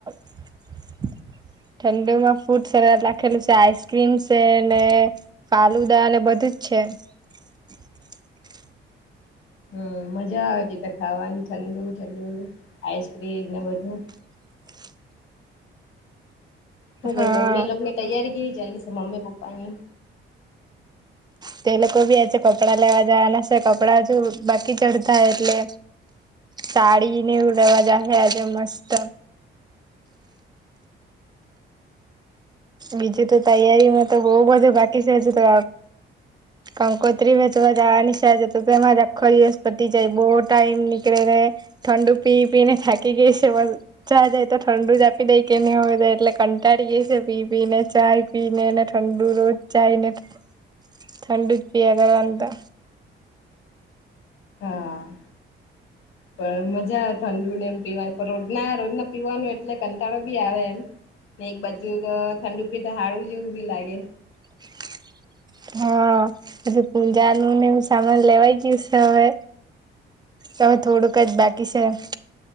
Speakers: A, on the right (about 20°); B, on the left (about 80°).
A: <inaudible> ઠંડુ માં ફૂડ સરત રાખેલું છે આઈસક્રીમ છે ને ફાલુદા અને બધું જ છે. છે
B: હમ મજા આવેતીટ ખાવાની ઠંડુ ઠંડુ આઈસક્રીમ ને બધું
A: <inaudible>
B: હું
A: હા
B: ઘર મમ્મી લગની તૈયારી કેવી ચાલી છે મમ્મી પપ્પાની
A: તો એ લોકો ભી આજે કપડા લેવા જાયના કપડા હજુ બાકી ચડતા એટલે સાડીને એવું લેવા જશે આજે મસ્ત બીજું તો તૈયારીમાં તો બહ બધું બાકી છે હજુ તો કંકોત્રી ભ તો જવાની સા તું કેમાંખો દિવસપતિ જાય બહુ ટાઈમ નીકળે ઠંડુ પી પી ને થાકી ગઈ છેા જાય તો ઠંડુ જ આપી દઈ કેને હોય જાય એટલે એટલે કંટાળી ગઈ છે પી પી ને ચાય પી ને ઠંડુ રોજ ચાઈ ને ઠંડુ જ પિયા કરે એમ તો
B: હા પણ મજા આવે ઠંડુ ને એમ પીવાની પણ રોજના રોજના પીવાનું એટલે કંટાળો બી આવે એમ ને એક બાજુ તો ઠંડુ પી તો હળું જેવું બી લાગે
A: <inaudible> હા પછી પૂજા નું ને એ સામાન લેવાઈ ગયું છે હવે હવે થોડુંક જ બાકી છે એમ